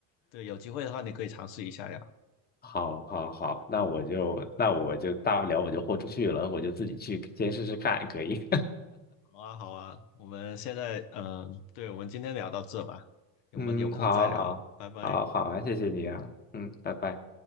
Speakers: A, on the left (about 85°); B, on the left (about 20°).
A: 对，有机会的话你可以尝试一下呀。
B: 好，好，好，那我就那我就大不了我就豁出去了，我就自己去先试试看，可以。
A: 好啊，好啊，我们现在嗯、呃对，我们今天聊到这吧，
B: <laughs>
A: 我们有空再聊，
B: 嗯，好，好，
A: 拜拜。
B: 好，好啊，谢谢你啊，嗯，拜拜。